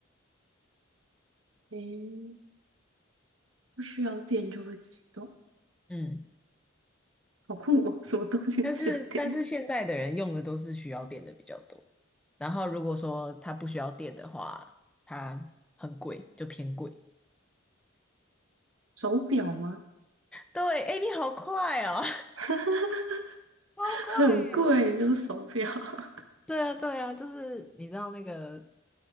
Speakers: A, on the right; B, in the centre.
A: 诶，不需要电就会自己动，
B: 嗯。
A: 好酷哦！什么东西不需要电？
B: 但是但是现在的人用的都是需要电的比较多，然后如果说它不需要电的话，它很贵，就偏贵。
A: <laughs> 手表吗？
B: 对，哎，你好快哦！
A: <laughs>
B: <laughs> 超快诶。
A: 很贵，就是手表。<laughs>
B: 对啊，对啊，就是你知道那个